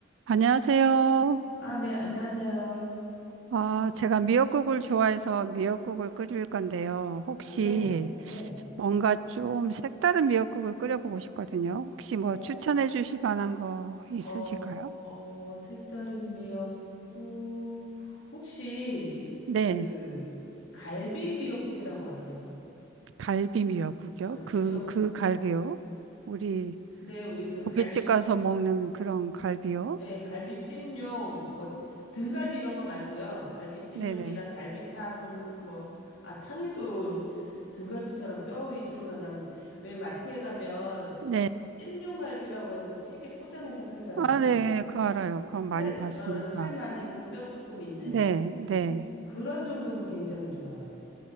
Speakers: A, on the right; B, on the left.
A: 안녕하세요.
B: 아, 네, 안녕하세요.
A: 아, 제가 미역국을 좋아해서 미역국을 끓일 건데요. 혹시
B: 아, 네, 네.
A: 뭔가 좀 색다른 미역국을 끓여보고 싶거든요. 혹시 뭐
B: 어,
A: 추천해 주실 만한 거 있으실까요?
B: 어, 어, 색다른 미역국. 혹시
A: 네,
B: 그 갈비 미역국이라고 아세요?
A: 갈비 미역국이요.
B: 어,
A: 그,
B: 드셔,
A: 그 갈비요. 우리
B: 네, 우리 그
A: 고깃집
B: 갈비,
A: 가서 먹는 그런 갈비요.
B: 예, 갈비찜용, 뭐, 등갈비 이런 거 말고요. 갈비찜용이나
A: 네네.
B: 갈비탕, 뭐, 아, 탕에도 등갈비처럼 뼈 위주로만 나오는데, 왜 마트에 가면
A: 네.
B: 찜용 갈비라고 해서 팩에 포장해서 팔잖아요.
A: 아, 네, 그거 알아요. 그건 많이
B: 살,
A: 봤으니까.
B: 어, 살 많이 있고 뼈 조금 있는
A: 네, 네.
B: 그- 그런 정도면 굉장히 좋아요.